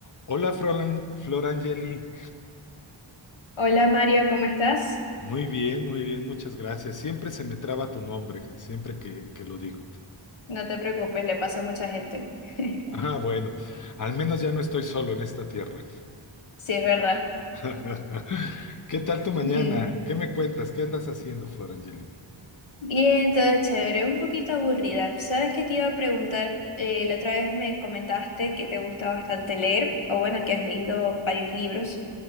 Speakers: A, on the left; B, on the left.
A: Hola, Frolan- Flor Angeli.
B: Hola Mario, ¿cómo estás?
A: Muy bien, muy bien, muchas gracias. Siempre se me traba tu nombre, siempre que, que lo digo.
B: No te preocupes, le pasó a mucha gente. <laughs>
A: Ah, bueno, al menos ya no estoy solo en esta tierra.
B: Sí, es verdad.
A: <laughs> ¿Qué tal tu mañana?
B: Dime.
A: ¿Qué me cuentas? ¿Qué andas haciendo, Flor Angeli?
B: Bien, todo chévere, un poquito aburrida. ¿Sabes qué te iba a preguntar? Eh, la otra vez me comentaste que te gusta bastante leer, o bueno, que has leído varios libros.